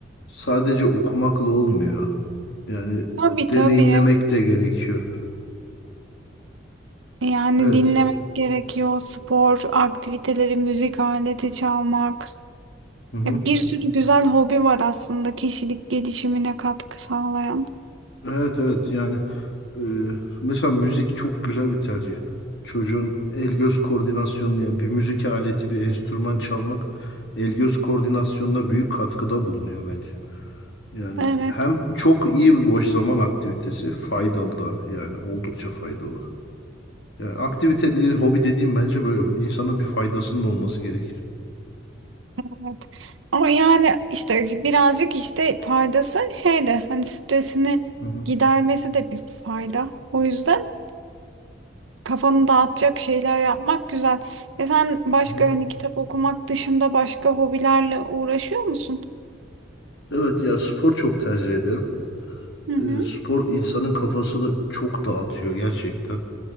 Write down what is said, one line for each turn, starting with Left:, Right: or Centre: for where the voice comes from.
Left: sadece okumakla olmuyor. Yani
Right: Tabii
Left: deneyimlemek
Right: tabii. evet.
Left: de gerekiyor.
Right: Yani
Left: Evet.
Right: dinlemek gerekiyor, spor, aktiviteleri, müzik aleti çalmak.
Left: Hı hı.
Right: Ya bir sürü güzel hobi var aslında kişilik gelişimine katkı sağlayan.
Left: Evet evet yani e, mesela müzik çok güzel bir tercih. Çocuğun el göz koordinasyonunu yani bir müzik aleti bir enstrüman çalmak el göz koordinasyonuna büyük katkıda bulunuyor bence. Yani
Right: Evet,
Left: hem çok iyi bir boş zaman aktivitesi faydalı da yani oldukça faydalı. Yani aktivite dediğin, hobi dediğim bence böyle insana bir faydasının olması gerekir.
Right: evet. Ama yani işte birazcık işte faydası şey de hani stresini
Left: Hı hı,
Right: gidermesi de bir fayda. O yüzden kafanı dağıtacak şeyler yapmak güzel. E sen başka
Left: hı hı.
Right: hani kitap okumak dışında başka hobilerle uğraşıyor musun?
Left: Evet ya spor çok tercih ederim.
Right: Hı hı.
Left: Ee, spor insanın kafasını çok dağıtıyor gerçekten.